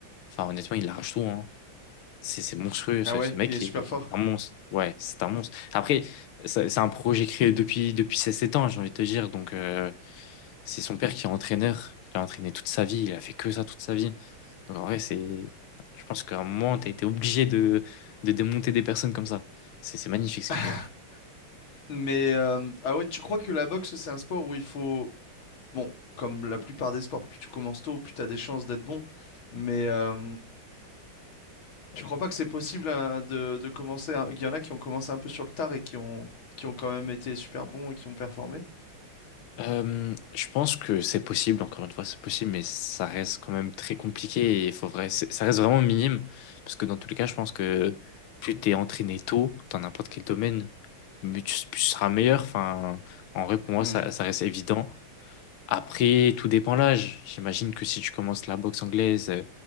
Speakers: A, on the left; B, on the left.
A: Enfin, honnêtement, il arrache tout. hein. C'est c'est monstrueux, ce,
B: Ah ouais,
A: ce mec
B: il est super
A: est,
B: fort.
A: est un monstre. Ouais, c'est un monstre. Après, ça- c'est un projet créé depuis, depuis ses 7 ans, j'ai envie de te dire. Donc, euh, c'est son père qui est entraîneur. Il a entraîné toute sa vie, il a fait que ça toute sa vie. Donc, en vrai, c'est... je pense qu'à un moment, tu as été obligé de, de démonter des personnes comme ça. C'est c'est magnifique ce
B: <laughs>
A: qu'il fait.
B: Mais euh, ah ouais, tu crois que la boxe, c'est un sport où il faut Bon, comme la plupart des sports, plus tu commences tôt, plus tu as des chances d'être bon. Mais euh, tu
A: Mm.
B: crois pas que c'est possible euh, de, de commencer. un- Il y en a qui ont commencé un peu sur le tard et qui ont, qui ont quand même été super bons et qui ont performé.
A: Euh, je pense que c'est possible, encore une fois, c'est possible, mais ça reste quand même très compliqué et il faut vrai, c'est- ça reste vraiment minime. Parce que dans tous les cas, je pense que plus t'es entraîné tôt dans n'importe quel domaine, mais tu, tu seras meilleur. Enfin, en vrai, pour moi,
B: Hmm.
A: ça, ça reste évident. Après, tout dépend de l'âge. J'imagine que si tu commences la boxe anglaise, euh,